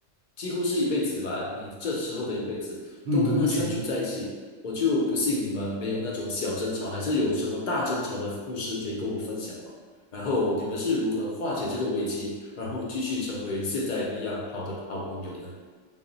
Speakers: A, on the left (about 60°); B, on the right (about 85°).
A: 几乎是一辈子吧。你这时候的一辈子都跟他相处在一起，
B: 嗯，目前。
A: 我就不信你们没有那种小争吵，还是有什么大争吵的故事可以跟我分享吗？然后你们是如何化解这个危机，然后继续成为现在一样好的好朋友的？